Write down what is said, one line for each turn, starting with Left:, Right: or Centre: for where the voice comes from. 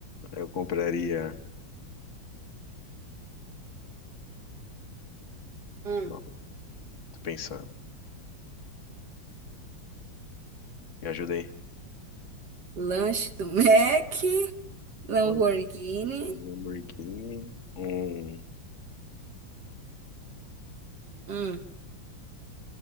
Left: Eu compraria.
Right: Hum.
Left: Não, tô pensando. Me ajudei.
Right: Lanche do Mac, Lamborghini.
Left: Uma um Lamborghini. Um.
Right: Hum.